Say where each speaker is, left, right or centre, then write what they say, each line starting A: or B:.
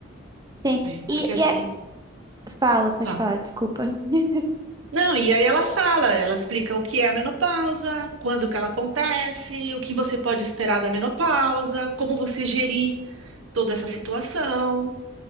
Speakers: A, on the right; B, on the right.
A: Sim.
B: né?
A: E,
B: Porque assim,
A: e é... Fala, pode
B: fala.
A: falar, desculpa. <laughs>
B: Não, e aí ela fala, ela explica o que é a menopausa, quando que ela acontece, o que você pode esperar da menopausa, como você gerir toda essa situação.